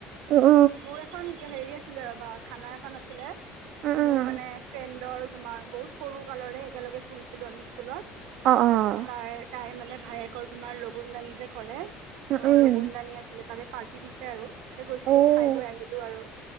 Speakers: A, on the right (about 60°); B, on the right (about 85°).
A: উম, উম,
B: মোৰ এখন হেৰি আছিলে ৰবা খানা এখন আছিলে,
A: উম, উম,
B: মোৰ মানে ফ্ৰেণ্ডৰ। তোমাৰ বহুত সৰু কালৰে একেলগে ফুৰিছিলো আমি স্কুলত ত'
A: অ', অ',
B: তাই তাই মানে ভায়েকৰ তোমাৰ লগুন দানি যে কৰে
A: উম,
B: অ'
A: উম।
B: লগুন দানি আছিলে তাৰে পাৰ্টি দিছে আৰু এয়া গৈছিলো,
A: অ',
B: খাই বৈ আহিলো আৰু।